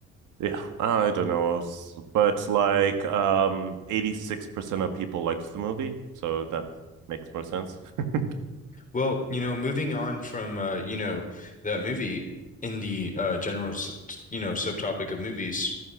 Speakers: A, on the right; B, on the left.
A: Yeah, I don't know. S- But like um 86% of people liked the movie, so that makes more sense. <laughs>
B: Well, you know, moving on from uh, you know, that movie in the uh general, s- you know, subtopic of movies,